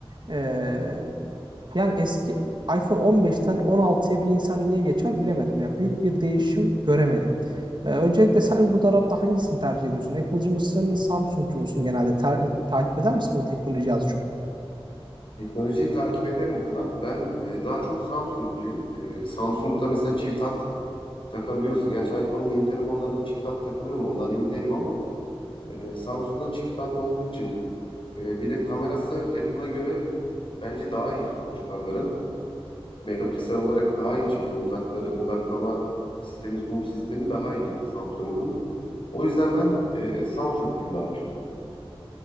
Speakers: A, on the right; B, on the left.
A: ee, yani eski iPhone 15'ten 16'ya bir insan niye geçer bilemedim ya. Büyük bir değişim göremedim. Ee, öncelikle sen bu tarafta hangisini tercih ediyorsun? Apple'cı mısın, Samsung'cu musun genelde? Ta- takip eder misin böyle teknoloji az çok?
B: Teknolojiyi takip ederim kral. Ben e, daha çok Samsung'cuyum. E, Samsung'da mesela çift hat takabiliyorsun. Gerçi iPhone'un yeni telefonlarında çift hat takılıyor mu ondan emin değilim ama e, Samsung'da çift hat olduğu için e, bir de kamerası Apple'a göre bence daha iyi son çıkanların. Megapiksel olarak daha iyi çekiyor. Uzakları odaklama sistemi, zoom sistemi daha iyi Samsung'un. O yüzden ben e, Samsung'cuyum daha çok.